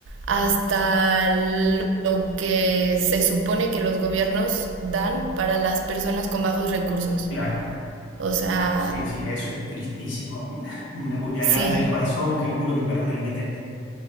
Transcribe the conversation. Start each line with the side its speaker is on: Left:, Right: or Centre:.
Right: hasta lo que se supone que los gobiernos dan para las personas con bajos recursos.
Left: Claro.
Right: O sea,
Left: Sí, sí, eso es tristísimo. <laughs> Una puñalada
Right: sí.
Left: en el corazón, calculo que para un arquitecto.